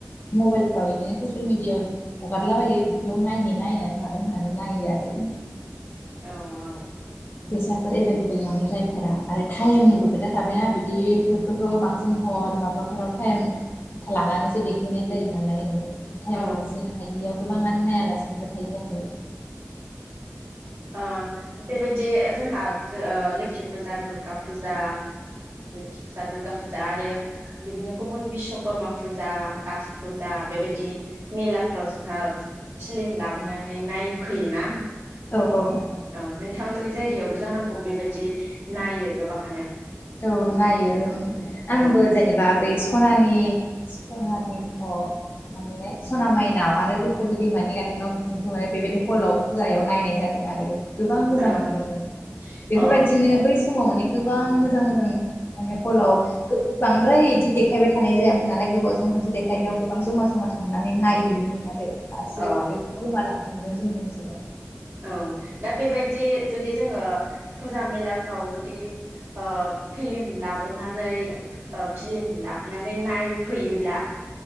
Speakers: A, on the left; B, on the right.
A: मबाइलफ्राव बिदिनो ससियेल मिडियाआव हगारलाबायो बिदियाव नाय नायनानै थागोन होननानै नायो आरो
B: औ औ
A: फैसाफोर एभेलेबेल नङै जायफोरा आरो टाइमनिबो खोथा थाबायना बिदिफोरखौथ' बांसिन हर माबाफोराव टाइम लानानैसो देखायनाय जायो नालाय टाइमखौ
B: औ
A: होसोनो हायियाव गोबाङानो नायालासिनोबो थायो आरो
B: ओ बे बायदि जोंहा ओ लोखि फुजा दुर्गा फुजा लोखि फुजा दुर्गा फुजा आरो बिदिनो गुबुन बिशस्वकर्मा फुजा राज फुजा बेबायदि मेलाफोराव जोंहा फिलिम लाबोनानै नायफैयोना
A: औ औ
B: अ नोंथांमोननि जायगायावबो जानां बेबायदि नायो गोबाङानो
A: औ नायो आंबो
B: औ
A: जेनेबा बै सना नि सनानि अ मा मोनलाय सना मायनाव आरो रुपुहि दैमानि गाथोनाव बेबायदि हलाव फुजायाव नाय नाय जादों आरो। गोबां मोजां
B: औ
A: मोनदोंमोन बेफोरबायदिनो
B: औ
A: बै फुंङाव माने गोबां मोजां मोजां माने हलाव बांद्राय इदि देखायबाय थानाय जायामोन नालाय गोबावजों खनसे देखायनायाव गोबां जमा-जमा थांनानै नायोमोन आरो। दासो
B: औ
A: बियो गोमालां दों जोंनि ओनसोलाव।
B: औ दा बेबायदि जुदि जोंङो फुजा मेलाफ्राव जुदि ओ फिलिम लाबोनानै फिलिम लाबोनानै नायफैयोब्ला